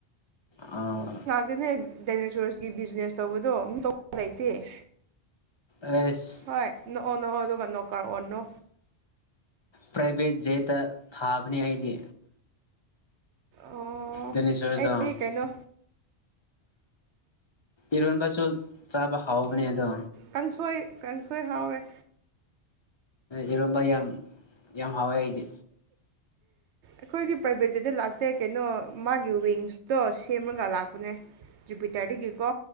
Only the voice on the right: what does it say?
ꯇꯅꯦ ꯗꯥꯏꯅꯣꯁꯣꯔꯁꯀꯤ ꯕꯤꯖꯤꯅꯦꯁ ꯇꯧꯕꯗꯣ <unintelligible> ꯂꯩꯇꯦ꯫
ꯍꯣꯏ ꯅꯣꯛꯑꯣ ꯅꯣꯛꯑꯣ ꯑꯗꯨꯒ ꯅꯣ ꯀꯥꯔꯑꯣꯅꯣ꯫
ꯑꯣ
ꯑꯩꯗꯤ ꯀꯩꯅꯣ
ꯀꯥꯡꯁꯣꯏ ꯀꯥꯡꯁꯣꯏ ꯍꯥꯎꯋꯦ꯫
ꯑꯩꯈꯣꯏꯒꯤ ꯄ꯭ꯔꯥꯏꯚꯦꯠꯁꯦꯠꯇ ꯂꯥꯛꯇꯦ ꯀꯩꯅꯣ ꯃꯥꯒꯤ ꯋꯤꯡꯁꯇꯣ ꯁꯦꯝꯔꯒ ꯂꯥꯛꯄꯅꯦ꯫ ꯖꯨꯄꯤꯇꯔꯗꯒꯤꯀꯣ